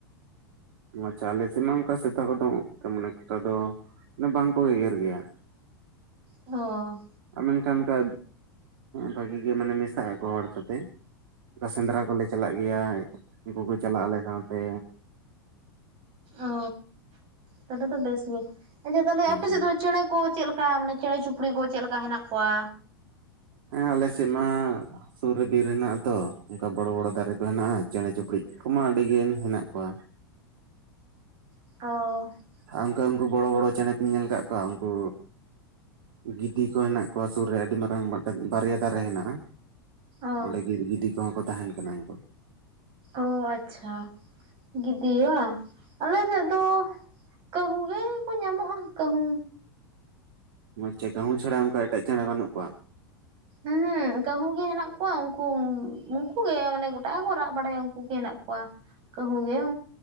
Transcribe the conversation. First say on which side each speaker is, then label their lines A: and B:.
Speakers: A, on the right; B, on the right.
A: ᱟᱪᱪᱷᱟ ᱟᱞᱮ ᱥᱮᱫ ᱢᱟ ᱚᱱᱠᱟ ᱥᱮᱛᱟ ᱠᱚᱫᱚ ᱛᱮᱢᱚᱱ ᱮᱠᱴᱟ ᱫᱚ ᱵᱟᱝ ᱠᱚ ᱜᱮᱜᱮᱨ ᱜᱮᱭᱟ᱾
B: ᱚᱻ
A: ᱢᱮᱱᱠᱷᱟᱱ ᱚᱱᱠᱟ ᱵᱷᱟᱜᱤ ᱜᱮ ᱢᱟᱱᱮ ᱢᱮᱥᱟᱜ ᱟᱠᱚ ᱦᱚᱲ ᱥᱟᱛᱮ᱾ ᱚᱱᱠᱟ ᱥᱮᱸᱫᱽᱨᱟ ᱠᱚᱞᱮ ᱪᱟᱞᱟᱜ ᱜᱮᱭᱟ, ᱩᱱᱠᱩ ᱠᱚ ᱪᱟᱞᱟᱜᱼᱟ ᱟᱞᱮ ᱥᱟᱶᱛᱮ᱾
B: ᱚᱻ ᱛᱟᱦᱚᱞᱮ ᱛᱚ ᱵᱮᱥ ᱜᱮ, ᱟᱪᱪᱷᱟ ᱛᱟᱦᱚᱞᱮ ᱟᱯᱮ ᱥᱮᱫ
A: ᱦᱮᱸ
B: ᱫᱚ ᱪᱮᱬᱮ ᱠᱚ ᱪᱮᱫ ᱞᱮᱠᱟ ᱢᱟᱱᱮ ᱪᱮᱬᱮ ᱪᱩᱯᱲᱤ ᱠᱚ ᱪᱮᱫ ᱞᱮᱠᱟ ᱦᱮᱱᱟᱜ ᱠᱚᱣᱟ?
A: ᱦᱮᱸ ᱟᱞᱮ ᱥᱮᱫ ᱢᱟ ᱥᱩᱨ ᱨᱮ ᱵᱤᱨ ᱦᱮᱱᱟᱜᱼᱟ ᱛᱚ, ᱚᱱᱠᱟ ᱵᱚᱲᱚ ᱵᱚᱲᱚ ᱫᱟᱨᱮ ᱠᱚ ᱦᱮᱱᱟᱜᱼᱟ ᱪᱮᱬᱮ ᱪᱩᱯᱲᱤᱡ ᱠᱚᱢᱟ ᱟᱹᱰᱤᱜᱟᱱ ᱦᱮᱱᱟᱜ ᱠᱚᱣᱟ᱾
B: ᱚᱻ ᱾
A: ᱟᱨ ᱚᱱᱠᱟ ᱩᱱᱠᱩ ᱵᱚᱲᱚ ᱵᱚᱲᱚ ᱪᱮᱬᱮ ᱯᱮ ᱤᱧ ᱧᱮᱞ ᱟᱠᱟᱫ ᱠᱚᱣᱟ ᱩᱱᱠᱩ ᱜᱤᱫᱤ ᱠᱚ ᱦᱮᱱᱟᱜ ᱠᱚᱣᱟ ᱥᱩᱨ ᱨᱮ ᱟᱹᱰᱤ ᱢᱟᱨᱟᱝ ᱢᱤᱫᱴᱮᱱ ᱵᱟᱨᱭᱟ ᱫᱟᱨᱮ ᱦᱮᱱᱟᱜᱼᱟ᱾
B: ᱚ
A: ᱚᱸᱰᱮ ᱜᱮ ᱜᱤᱫᱤ ᱠᱚᱦᱚᱸ ᱠᱚ ᱛᱟᱦᱮᱱ ᱠᱟᱱᱟ ᱩᱱᱠᱩ᱾
B: ᱚ ᱟᱪᱪᱷᱟ ᱜᱤᱫᱤ ᱵᱟ, ᱟᱞᱮ ᱥᱮᱫ ᱫᱚ ᱠᱟᱺᱦᱩ ᱜᱮ ᱠᱚ ᱧᱟᱢᱚᱜᱼᱟ ᱠᱟᱺᱦᱩ᱾
A: ᱪᱮᱫ ᱠᱟᱺᱦᱩ ᱪᱷᱟᱲᱟ ᱚᱱᱠᱟ ᱮᱴᱟᱜ ᱪᱮᱬᱮ ᱵᱟᱹᱱᱩᱜ ᱠᱚᱣᱟ?
B: ᱩᱦᱩᱸᱜ ᱠᱟᱺᱦᱩ ᱜᱮ ᱦᱮᱱᱟᱜ ᱠᱚᱣᱟ, ᱩᱱᱠᱩ ᱩᱱᱠᱩ ᱜᱮ ᱢᱟᱱᱮ ᱜᱚᱴᱟ ᱜᱮᱠᱚ ᱨᱟᱜ ᱵᱟᱲᱟᱭᱟ ᱩᱱᱠᱩ ᱜᱮ ᱦᱮᱱᱟᱜ ᱠᱚᱣᱟ᱾ ᱠᱟᱺᱦᱩ ᱜᱮ ᱾